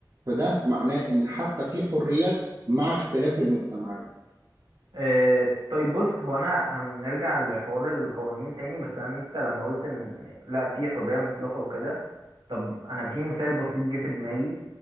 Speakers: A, on the right; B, on the right.
A: فده معناه ان حتى في حريات مع اختلاف المجتمعات
B: إيه، طيب بص هو انا هنرجع لحوار القوانين تاني بس انا انت لما قلت ان لا في حرية مطلقة وكده طب انا في مثال بسيط جه في دماغي